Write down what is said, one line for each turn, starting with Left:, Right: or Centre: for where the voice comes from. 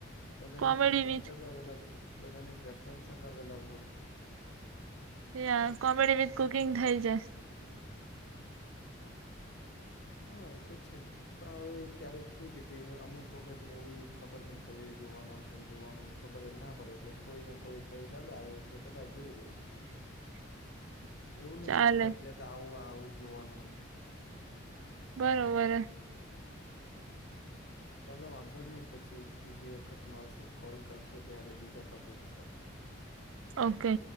Left: બધાની
Right: કોમેડી
Left: પ્રેફરન્સ
Right: વિથ
Left: અલગ અલગ બધાની પ્રેફરન્સ અલગ અલગ હોય.
Right: યા કોમેડી વિથ કુકિંગ થઈ જાય.
Left: હા એ તો છે. પણ હવે ક્યારેક શું છે, કે અમુક વખત મુવી ખબર નઈ કયુ જોવાનું શું જોવાનું. ખબર જ ના પડે એટલે કોઈને કોઈ કઈ લગાવે એટલે બધા જોઈ લે.
Right: <inaudible>
Left: એવું નઈ
Right: ચાલે
Left: કે ફરજયાત આવું આવું જોવાનું.
Right: બરોબર.
Left: ચાલો વાંધો નહી પછી બીજી વખત મળશું કોલ કરશું ત્યારે બીજા ટોપિક ઉપર.
Right: ઓકે.